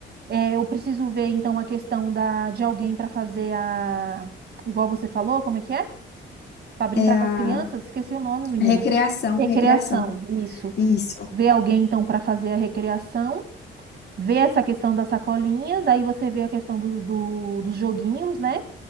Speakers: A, on the right; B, on the left.
A: É, eu preciso ver, então, a questão da, de alguém para fazer a. Igual você falou, como é que é? Para brincar
B: É a
A: com as crianças? Esqueci o nome, menina.
B: recreação,
A: Recreação,
B: recreação.
A: isso.
B: Isso.
A: Ver alguém, então, para fazer a recreação. Ver essa questão das sacolinhas. Aí você vê a questão do, do- dos joguinhos, né?